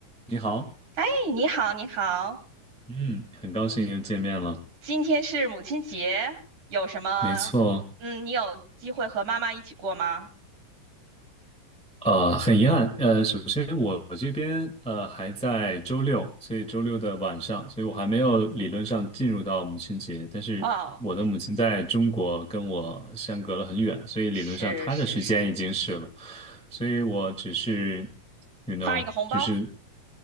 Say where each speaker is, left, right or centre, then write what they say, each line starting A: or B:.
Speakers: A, in the centre; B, on the right.
A: 你好，
B: 哎你好，你好，
A: 嗯，很高兴又见面了。
B: 今天是母亲节，有什么？
A: 没错，
B: 嗯，你有机会和妈妈一起过吗？
A: 呃，很遗憾，呃，首先我这边呃还在周六，所以周六的晚上，所以我还没有理论上进入到母亲节，但是我的母亲在中国跟我相隔了很远，
B: 哦，
A: 所以理论上她的时间已经是了，
B: 是是是，
A: 所以我只是，you know，
B: 发一个红包，
A: 就是